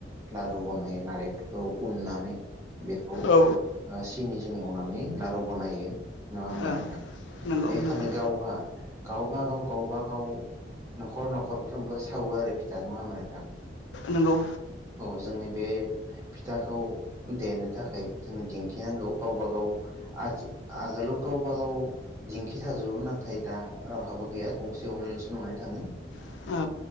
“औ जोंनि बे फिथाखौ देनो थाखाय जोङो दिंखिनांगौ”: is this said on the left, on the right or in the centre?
Right